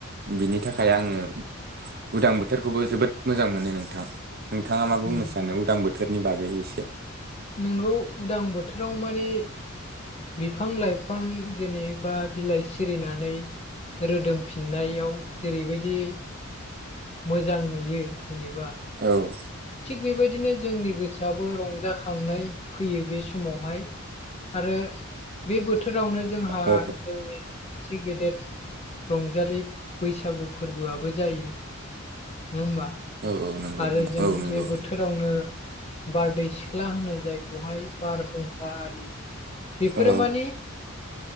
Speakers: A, on the right (about 45°); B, on the left (about 30°).
A: बिनि थाखाय आङो उदां बोथोरखौबो जोबोद मोजां मोनो नोंथां नोंथाङा मा बुंनो
B: उम
A: सानो उदां बोथोरनि बागै एसे
B: नोंगौ उदां बोथोराव माने बिफां लाइफां जेनेबा बिलाइ सिरिनानै रोदोमफिननायाव जेरै बायदि मोजां नुयो जेनेबा
A: औ
B: थिग बेबायदिनो जोंनि गोसोआबो रंजाखांनाय फैयो बे समावहाय आरो बे बोथोरावनो जोंहा
A: औ
B: जोंनि इसि गेदेर रंजालि बैसागु फोरबोआबो जायो नङा होमबा?
A: औ औ नंगौ
B: आरो जों
A: औ नंगौ
B: बे बोथोर बोरावनो बारदै सिख्ला होनो जायखौहाय बारहुंखा आरि बेफोरो
A: औ
B: मानि